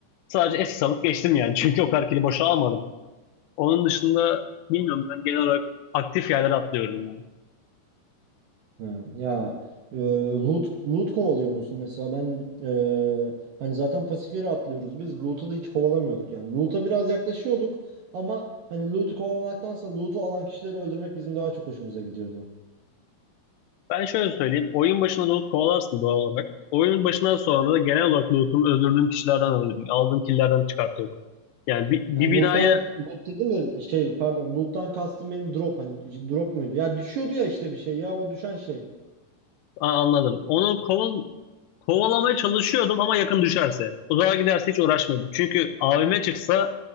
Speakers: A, on the left; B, on the right.
A: Sadece SS alıp geçtim yani. <laughs> Çünkü o kadar kill'i boşa almadım. Onun dışında bilmiyorum ben genel olarak aktif yerlere atlıyorum yani.
B: Ha, ya e, loot loot kovalıyor musun mesela ben e, hani zaten pasif yere atlıyoruz biz loot'u da hiç kovalamıyorduk yani loot'a biraz yaklaşıyorduk ama hani loot'u kovalamaktansa loot'u alan kişileri öldürmek bizim daha çok hoşumuza gidiyordu.
A: Ben şöyle söyleyeyim. Oyun başında loot kovalarsın doğal olarak. Oyunun başından sonra da genel olarak lootumu öldürdüğüm kişilerden alıyordum. Aldığım killlerden çıkartıyordum. Yani bir, bir
B: Yani
A: binaya
B: loot'tan loot dedim de şey pardon loot'tan kastım benim drop hani drop muydu? Ya düşüyordu ya işte bir şey ya o düşen şey.
A: Aa, anladım. Onu koval, kovalamaya çalışıyordum ama yakın düşerse. Uzağa giderse hiç uğraşmıyordum. Çünkü AVM çıksa